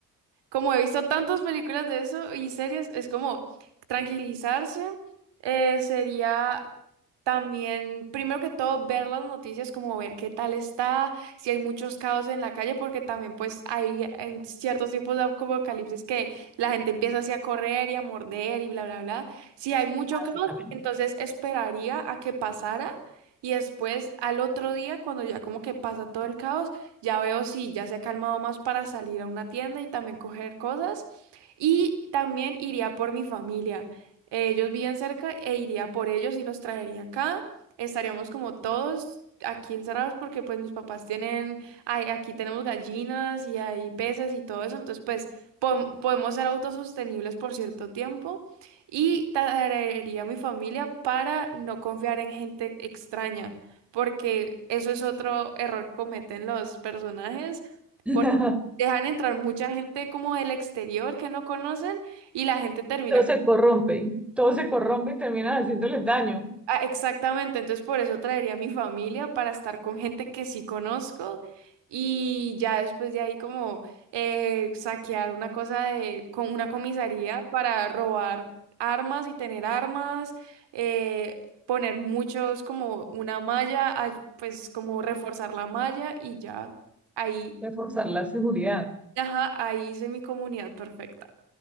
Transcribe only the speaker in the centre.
Ah,
sí, también.
<laughs>
Todo se corrompe, todo se corrompe y terminan haciéndoles daño,
reforzar la seguridad.